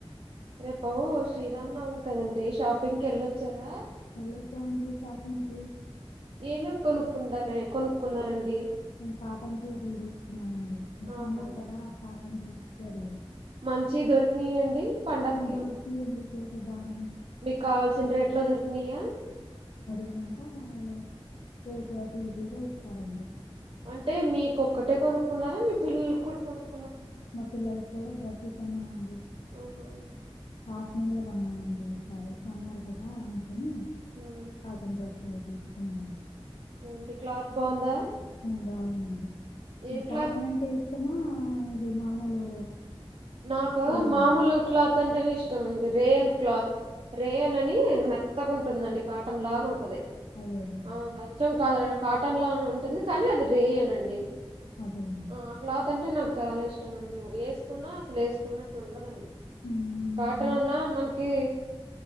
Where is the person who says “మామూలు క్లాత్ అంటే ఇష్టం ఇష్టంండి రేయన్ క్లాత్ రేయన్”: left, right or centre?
Right